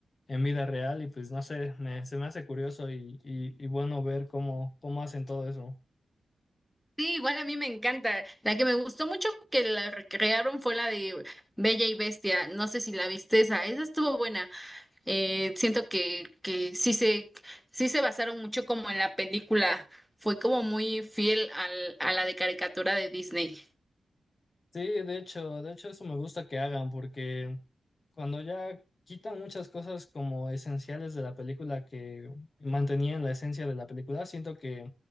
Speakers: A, on the left; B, in the centre.
A: en vida real y pues no sé, me- se me hace curioso y, y, y bueno ver cómo, cómo hacen todo eso.
B: Sí, igual a mí me encanta. La que me gustó mucho que la recrearon fue la de Bella y Bestia. No sé si la viste esa. Esa estuvo buena. Eh, siento que, que sí se, sí se basaron mucho como en la película. Fue como muy fiel al, a la de caricatura de Disney.
A: Sí, de hecho, de hecho eso me gusta que hagan porque cuando ya quitan muchas cosas como esenciales de la película que mantenían la esencia de la película, siento que